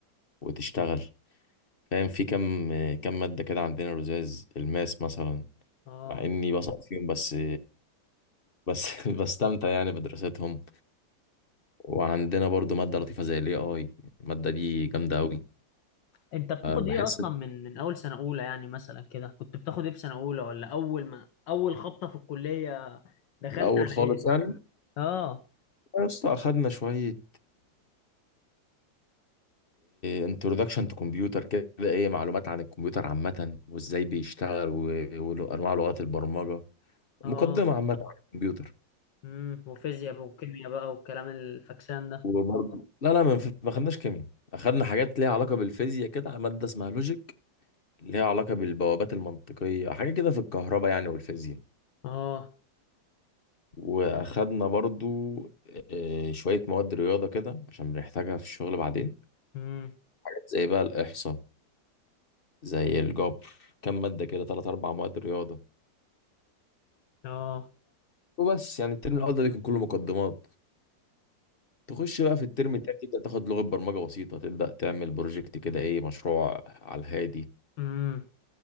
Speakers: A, on the left; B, on the left.
A: وتشتغل فاهم في كم كم مادة كده عندنا لزاز الماس مثلا
B: اه
A: مع اني بصعب فيهم بس بس <laughs> بستمتع يعني بدراستهم وعندنا برضو مادة لطيفة زي الاي اي المادة دي جامدة قوي
B: انت بتاخد
A: بحس
B: ايه اصلا
A: إن
B: من من اول سنة اولى يعني مثلا كده كنت بتاخد ايه في سنة اولى ولا اول ما اول خبطة في الكلية دخلت
A: في الاول
B: على
A: خالص
B: ايه
A: يعني
B: اه
A: يا اسطى اخدنا شوية انترودكشن تو كمبيوتر كده ايه معلومات عن الكمبيوتر عامة وازاي بيشتغل و- وانواع لغات البرمجة
B: اه
A: مقدمة عامة عن الكمبيوتر
B: امم وفيزياء بقى وكيمياء بقى والكلام الفكسان ده
A: وبرضه لا لا ما ما خدناش كيمياء اخدنا حاجات ليها علاقه بالفيزياء كده ماده اسمها لوجيك ليها علاقه بالبوابات المنطقيه حاجه كده في الكهرباء يعني والفيزياء
B: اه
A: واخدنا برضو آه، شويه مواد رياضه كده عشان بنحتاجها في الشغل بعدين
B: امم
A: حاجات زي بقى الاحصاء زي الجبر كام ماده كده ثلاث اربع مواد رياضه
B: اه
A: وبس يعني الترم الاول ده بيكون كله مقدمات تخش بقى في الترم التاني تبدا تاخد لغه برمجه بسيطه تبدا تعمل بروجكت كده ايه مشروع على الهادي
B: امم